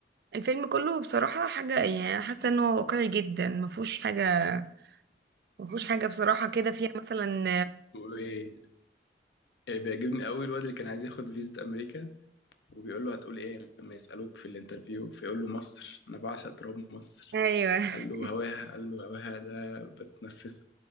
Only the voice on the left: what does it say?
امم
بيقولوا ايه إيه بيعجبني قوي الواد اللي كان عايز ياخد فيزا امريكا وبيقول له هتقول ايه لما يسالوك في الانترفيو فيقول له مصر انا بعشق تراب مصر
قال له هواها قال له هواها ده بتنفسه